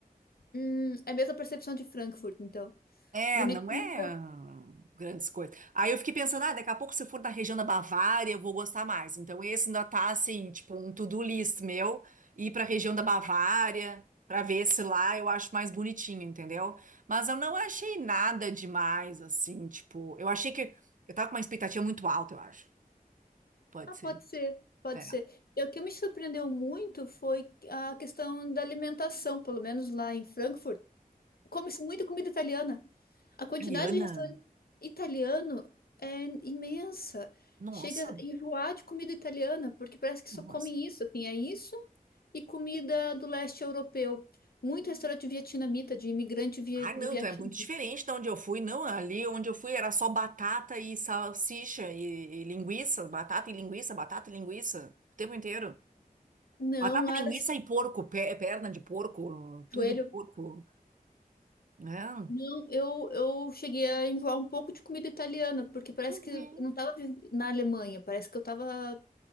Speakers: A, on the left (about 85°); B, on the right (about 60°).
A: Hum, é a mesma percepção de Frankfurt, então.
B: É,
A: Bonitinho
B: não é hum, grandes coisas. Aí eu fiquei pensando, ah, daqui a pouco se eu for na região da Bavária, eu vou gostar mais. Então esse ainda tá assim, tipo um to-do list meu, ir pra região da Bavária, pra ver se lá eu acho mais bonitinho, entendeu? Mas eu não achei nada demais assim, tipo, eu achei que eu tava com uma expectativa muito alta, eu acho. Pode
A: Ah,
B: ser.
A: pode ser, pode
B: É,
A: ser. E o que me surpreendeu muito foi a questão da alimentação, pelo menos lá em Frankfurt. Come-se muita comida italiana. A quantidade
B: italiana.
A: de restaurante italiano é imensa.
B: Nossa,
A: Chega a enjoar de comida italiana, porque parece que só
B: nossa.
A: comem isso, assim, é isso e comida do leste europeu. Muito restaurante vietnamita, de imigrante vi-
B: Ah, não,
A: do Vietnã.
B: então é muito diferente da onde eu fui. Não, ali onde eu fui era só batata e salsicha e, e linguiça, batata e linguiça, batata e linguiça, o tempo inteiro.
A: Não,
B: Batata,
A: Lara,
B: linguiça e porco, pe- perna de porco,
A: joelho
B: tudo de porco, né?
A: Não, eu, eu cheguei a enjoar um pouco de comida italiana, porque parece
B: Tu
A: que eu
B: vê.
A: não estava na Alemanha, parece que eu estava